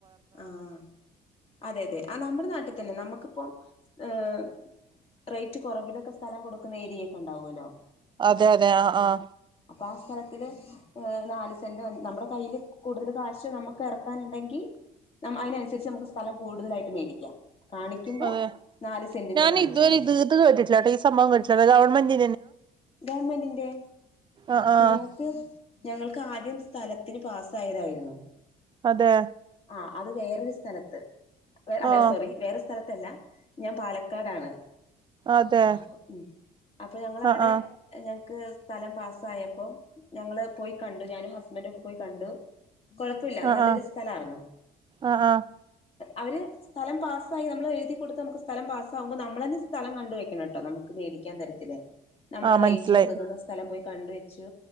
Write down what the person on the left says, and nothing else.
ആഹ അതെ അതെ ആ നമ്മുടെ നാട്ടിൽ തന്നെ നമുക്കിപ്പോൊ ഏഹ റേറ്റ് കുറവിലൊക്കെ സ്ഥലം കൊടുുന്ന ഏരിയൊക്കെ ഉണ്ടാവുമല്ലോ
അപ്പ ആ സ്ഥലത്തില് നാല് സെന്റ് നമ്മുടെ കയ്ൽ കൂടുതൽ കാശ് നമുക്ക് ഇറക്കാനുണ്ടെങ്കിൽ ന അതിനനുസരിച്ച് നമുക്ക് സ്ഥലം കൂടുതലായിട്ട് മേടിക്കാം കാണിക്കുമ്പോ
നാല് സെന്റിന്റെ
കാണിച്ചാൽ
മതി
ഗവൺമെന്റിന്റെ
ഞങ്ങൾക്ക് ഞങ്ങൾക്ക് ആദ്യം സ്ഥലത്തിന് പാ തായിരുന്നു
ആ അത് വേറൊരു സ്ഥലത്ത് വ അല്ലെ
സോറി വേറെ സ്ഥലത്തല്ല ഞാൻ പാലക്കാടാണ്
അപ്പൊ അപ്പൊ ഞങ്ങളവിടെ
ഞങ്ങക്ക് സ്ഥലം പാസ്സ ആായപ്പോ ഞങ്ങള് പോയി കണ്ടണ്ട് ഞാനൻും ഹസ്ബൻഡ ഒക്കെ പോയി കണ്ടണ്ട് കൊഴപ്പമില്ല
നല്ലൊരു
സ്ഥല ആന്നു
അവ സ്ഥലം പാസായി നമ്മ എഴുതി കൊടുത്ത് നമുക്ക് സ്ഥലം പാസ്സകുമ്പോ നമ്മള തന്നെ സ്ഥലം കണ്ടുവെക്കണം കേട്ടോ നമുക്ക് മേടിക്കാൻ തരത്തില്ല നമ്മുടെ
റേറ്റിൽ
ഒതുങ്ങുന്ന സ്ഥലം പോയി കണ്ട വെച്ചു